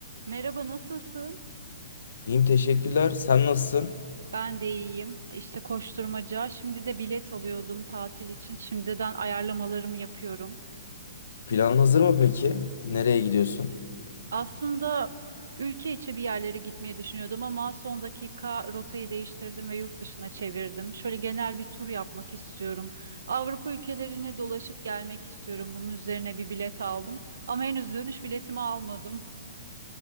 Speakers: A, on the right; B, on the left.
A: Merhaba, nasılsın?
B: İyiyim teşekkürler. Sen nasılsın?
A: Ben de iyiyim. İşte koşturmaca. Şimdi de bilet alıyordum tatil için. Şimdiden ayarlamalarımı yapıyorum.
B: Plan hazır mı peki? Nereye gidiyorsun?
A: Aslında ülke içi bir yerlere gitmeyi düşünüyordum ama son dakika rotayı değiştirdim ve yurt dışına çevirdim. Şöyle genel bir tur yapmak istiyorum. Avrupa ülkelerine dolaşıp gelmek istiyorum. Bunun üzerine bir bilet aldım ama henüz dönüş biletimi almadım.